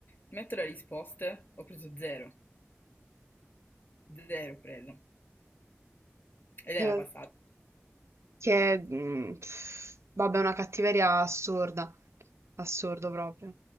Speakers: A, on the left; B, on the right.
A: metto le risposte, ho preso zero, zero ho preso. Ed era
B: Eh.
A: passato.
B: Che, mh, pff, vabbè, una cattiveria assurda, assurdo proprio.